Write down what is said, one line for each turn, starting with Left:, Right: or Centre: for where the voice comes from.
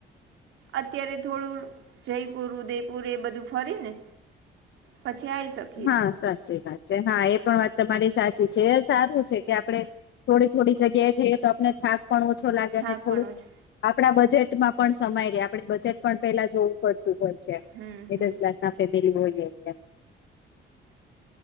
Right: અત્યારે થોડું જયપુર, ઉદેયપુર એ બધું ફરી ને પછી આય શ
Left: હા સાચી વાત છે, હા એ પણ વાત તમારી સાચી છે, સારું છે, કે આપણે થોડી થોડી જગ્યાએ જઈએ તો આપણે થાક પણ ઓછો લાગે
Right: થાક
Left: અને થોડુંક
Right: પણ ઓછો
Left: આપણા બજેટમાં પણ સમાય રે આપણે બજેટ પણ પેલા જો પડતું હો છે,
Right: હમ
Left: નેત
Right: હમ
Left: ક્લાસના ફેમિલી હોયે એટલે